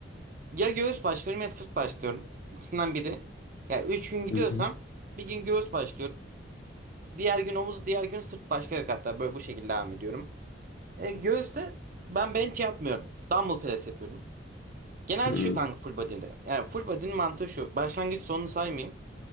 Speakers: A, on the right; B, on the left.
A: ya göğüs başlıyorum ya sırt başlıyorum. İkisinden biri. Ya 3 gün gidiyorsam
B: Hı hı.
A: bir gün göğüs başlıyorum. Diğer gün omuz, diğer gün sırt başlayarak hatta böyle bu şekilde devam ediyorum. E, göğüste ben bench yapmıyorum. Dumbbell press yapıyorum. Genelde
B: Hı
A: şu kanka full body'de. Yani full body'nin mantığı şu. Başlangıç sonunu saymayayım.